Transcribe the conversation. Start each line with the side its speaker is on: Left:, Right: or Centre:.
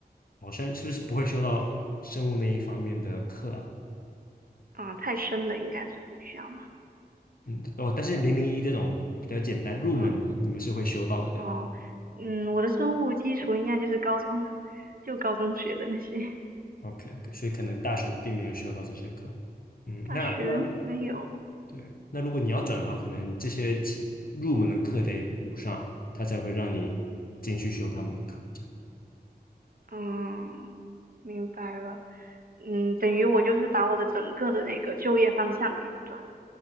Left: 好像是不是不会修到生物那一方面的课啊？
Right: 啊，太深的应该是不需要嘛，
Left: 嗯，哦，但是零零一这种比较简单入门的，
Right: 啊，
Left: 你们是会修到的，对吧
Right: 哦，嗯，我的生物基础应该就是高中 <laughs> 就高中学的那些。
Left: ？OK，所以可能大学并没有修到这些课。嗯，
Right: 大学没有，
Left: 那那对，那如果你要转的话，可能这些起入门的课得补上，他才会让你进去修他们的课。这样
Right: 嗯，明白了，嗯，等于我就是把我的整个的那个就业方向给转